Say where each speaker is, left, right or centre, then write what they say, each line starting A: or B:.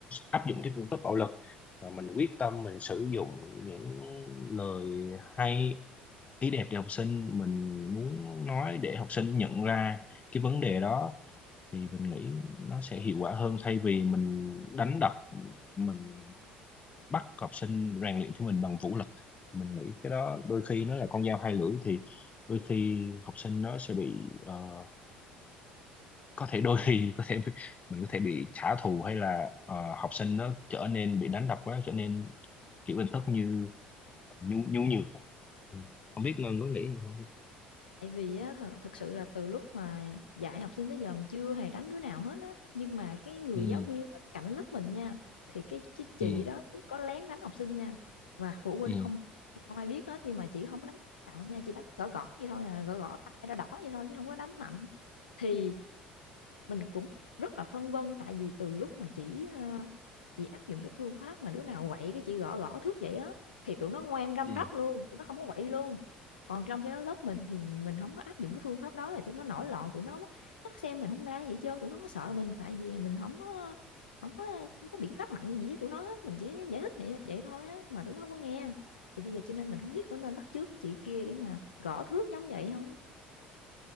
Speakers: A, on the left; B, on the left.
A: áp dụng cái phương pháp bạo lực mà mình quyết tâm mình sử dụng những lời hay ý đẹp để học sinh mình muốn nói để học sinh nhận ra cái vấn đề đó thì mình nghĩ nó sẽ hiệu quả hơn thay vì mình đánh đập mình bắt học sinh rèn luyện thi mình bằng vũ lực mình nghĩ cái đó đôi khi nó là con dao hai lưỡi thì đôi khi học sinh nó sẽ bị ờ, có thể đôi <laughs> khi có thể bị- mình có thể bị trả thù hay là ờ, học sinh nó trở nên bị đánh đập quá trở nên kiểu hình thức như nhu nhu nhược ừ. không biết Ngân có nghĩ gì không
B: tại vì á, thật, thật sự là từ lúc mà dạy học sinh tới giờ mình chưa hề đánh đứa nào hết á nhưng mà cái người
A: ừ
B: giáo viên mà cạnh lớp mình nha thì cái cái chị
A: ừ
B: đó chị có lén đánh học sinh nha và phụ huynh
A: ừ
B: không không ai biết hết nhưng mà chị không có đánh nặng nha chị đánh gõ gõ vậy thôi à, gõ gõ tay đỏ đỏ vậy thôi chứ không có đánh mạnh thì mình cũng rất là phân vân tại vì từ lúc mà chị ờ, chị áp dụng cái phương pháp mà đứa nào quậy cái chị gõ gõ thước vậy á thì tụi nó ngoan răm
A: ừ
B: rắp luôn tụi nó không có quậy luôn còn trong cái đó lớp mình thì mình không có áp dụng cái phương pháp đó thì tụi nó nổi loạn tụi nó nó xem mình không ra gì hết trơn tụi nó không có sợ mình tại vì mình không có không có không có biện pháp mạnh gì với tụi nó hết mình chỉ giải thích vậy, vậy thôi á mà tụi nó không có nghe thì bây giờ cho nên mình không biết có nên bắt chước cái chị kia để mà gõ thước giống vậy không á.